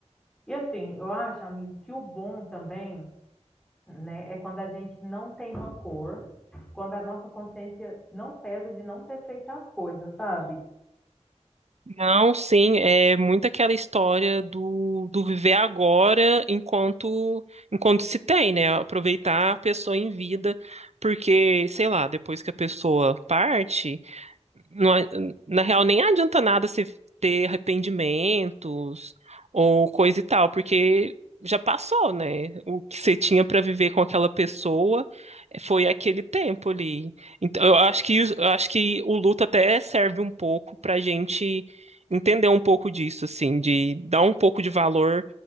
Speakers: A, in the centre; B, on the right.
A: E assim, eu acho, amigo, que o bom também, né, é quando a gente não tem rancor, quando a nossa consciência não pesa de não ter feito as coisas, sabe?
B: Não, sim, é muito aquela história do, do viver agora enquanto enquanto se tem, né? Aproveitar a pessoa em vida, porque, sei lá, depois que a pessoa parte, não a- na real, nem adianta nada você ter arrependimentos ou coisa e tal, porque já passou, né? O que você tinha para viver com aquela pessoa eh, foi aquele tempo ali. Então, eu acho que, eu acho que o luto até serve um pouco para gente entender um pouco disso, assim, de dar um pouco de valor.